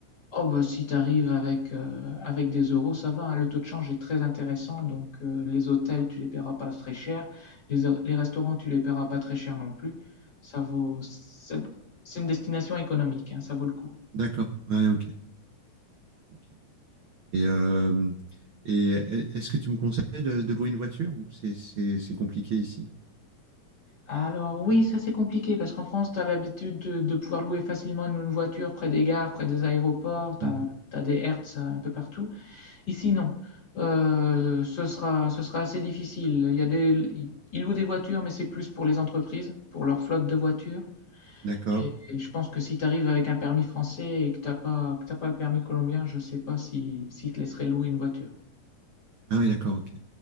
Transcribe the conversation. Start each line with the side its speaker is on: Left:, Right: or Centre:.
Left: Oh, bah, si t'arrives avec, euh, avec des euros, ça va, hein, le taux de change est très intéressant, donc euh, les hôtels, tu les paieras pas très cher, les, hor- les restaurants, tu les paieras pas très cher non plus. Ça vaut, c'est c'est une destination économique, hein, ça vaut le coup.
Right: D'accord. Ouais, ok. Ok. Et, euh, et est-ce que tu me conseilles de, de louer une voiture ou c'est c'est- c'est compliqué ici?
Left: Alors oui, ça c'est compliqué parce qu'en France, tu as l'habitude de, de pouvoir louer facilement une voiture près des gares, près des aéroports, tu
Right: Hmm,
Left: as, des Hertz euh, un peu partout. Ici, non. Euh, ce sera, ce sera assez difficile. Il y a des, ils louent des voitures, mais c'est plus pour les entreprises, pour leur flotte de voitures.
Right: d'accord.
Left: Et, et je pense que si tu arrives avec un permis français et que t'as pas, que t'as pas le permis colombien, je sais pas si, si te laisseraient louer une voiture.
Right: Ah oui, d'accord, ok.